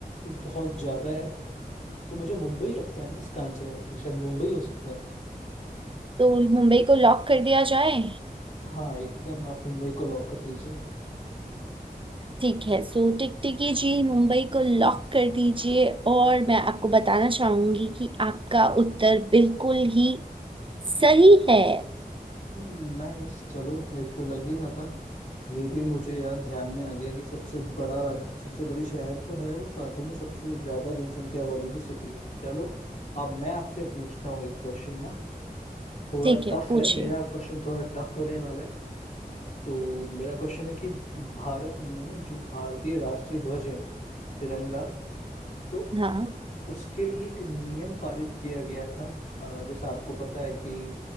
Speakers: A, on the left; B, on the right.
A: बहुत ज्यादा है तो मुझे मुंबई लगता है ना इसका आंसर यार कि शायद मुंबई हो सकता है
B: तो मुंबई को लॉक कर दिया जाए
A: हाँ एकदम आप मुंबई को लॉक कर दीजिए
B: ठीक है सो टिकटिकी जी मुंबई को लॉक कर दीजिए और मैं आपको बताना चाहूंगी कि आपका उत्तर बिल्कुल ही सही है
A: नाइस चलो मेरे को लग ही रहा था ये भी मुझे यार ध्यान में आ गया कि सबसे बड़ा राज सबसे बड़ी शहर तो है वो साथ ही में सबसे ज्यादा जनसंख्या वाली भी सिटी है चलो अब मैं आपसे पूछता हूँ एक क्वेश्चन ना थोड़ा
B: ठीक है
A: टफ
B: पूछिए
A: है मेरा क्वेश्चन थोड़ा टफ होने वाला है तो मेरा क्वेश्चन है कि भारत में जो भारतीय राष्ट्रीय ध्वज है तिरंगा तो
B: हाँ
A: उसके लिए एक नियम पारित किया गया था अ, जैसा आपको पता है कि